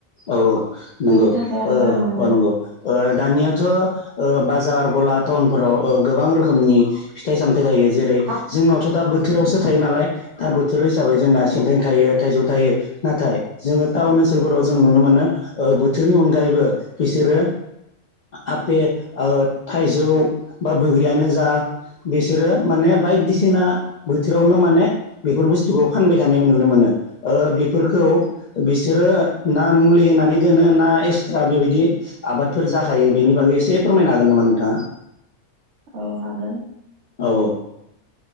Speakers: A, on the left (about 50°); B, on the right (about 60°).
A: औ औ नंगौ
B: बेनि थाखाय आं गाहाम मोनो
A: औ नंगौ दानियाथ' ओ बाजार। गला टाउनफोराव गोबां रोखोमनि फिथाइ सामथायाइ थायो जेरै
B: औ
A: जोंनावथ' दा। बोथोरावसो थायो नालाय दा बोथोर हिसाबै जोंना। थेंथें थायो थाइजौ थायो नाथाय जोङो टाउन ओनसोलफोराव। जों नुनो मोनो बोथोरनि अनगायैबो बिसोरो। आपेल थाइजौ बा बग्रिायानो जा। बिसोरो माने बायदिसिना बोथोरावनो माने बेफोर बुस्थुखौ फानबाय थानाय नुनो मोनो। बेफोरखौ बिसोरो। ना मुलि होनानै दोनो ना एक्सट्रा बेबायदि आबादफोर जाखायो बेनि बागै एसे फोरमायनो हागोन नामा। बा नोंथां।
B: औ होगोन।
A: औ